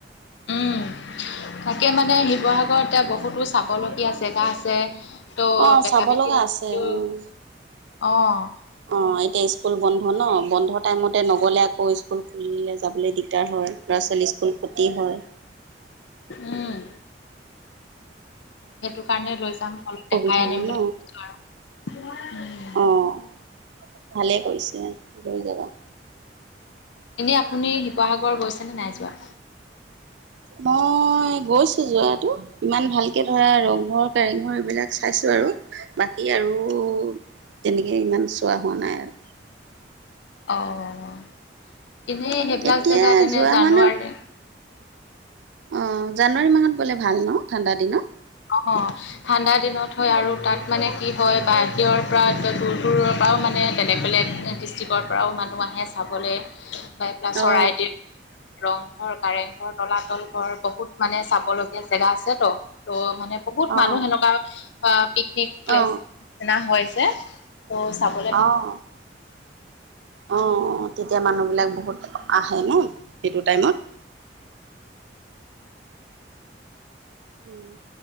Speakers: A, on the left; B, on the right.
A: উম' তাকে মানে শিৱসাগৰতে বহুতো চাবলগীয়া জেগা আছে- ত'
B: অঁ
A: বেটা
B: চাব
A: বেটিও
B: লগা
A: হেঁতিও
B: আছে অঁ
A: অঁ।
B: অঁ এতিয়া স্কুল বন্ধ ন, বন্ধত- টাইম মতে নগ'লে আকৌ স্কুল খুলি দিলে যাবলে দিগদাৰ হয়, ল'ৰা ছোৱালী স্কুল খতি হয়।
A: উম। সেইটো কাৰণে লৈ যাম অলপ
B: অসুবিধা
A: দেখাই আনিম
B: হয় ন
A: বুলি ভাবিছোঁ আৰু।
B: অঁ' ভালেই কৰিছে লৈ যাবা।
A: এনেই আপুনি শিৱসাগৰ গৈছেনে নাই যোৱা?
B: মই গৈছো যোৱাটো। ইমান ভালকে ধৰা ৰংঘৰ, কৰেংঘৰ এইবিলাক চাইছো আৰু বাকী আৰু- তেনেকে ইমান চোৱা হোৱা নাই আৰু।
A: অ অ অ এনেই হেইবিলাক
B: এতিয়া
A: জেগাত এনে
B: যোৱা
A: জানুৱাৰী-
B: হোৱা অঁ' জানুৱাৰী মাহত গ'লে ভাল ন ঠাণ্ডা দিনত।
A: অঁ অঁ। ঠাণ্ডা দিনত হয় আৰু তাত মানে কি হয় বাহিৰৰ পৰা দূৰ দূৰৰ পৰাও মানে বেলেগ বেলেগ- ডিষ্ট্ৰিকৰ পৰাও মানুহ আহে চাবলে বা এই বিলাক চৰাইদেও-
B: অ
A: ৰংঘৰ, কাৰেংঘৰ, তলাতল ঘৰ বহুত মানে চাবলগীয়া জেগা আছে তো ত' মানে- বহুত
B: অ
A: মানুহ সেনেকুৱা অ পিকনিক প্লেচ
B: অ
A: এটা হয় যে, ত চাবল-
B: অঁ অঁ অ তেতিয়া মানুহ বিলাক বহুত আহে ন। সেইটো টাইমত। উম।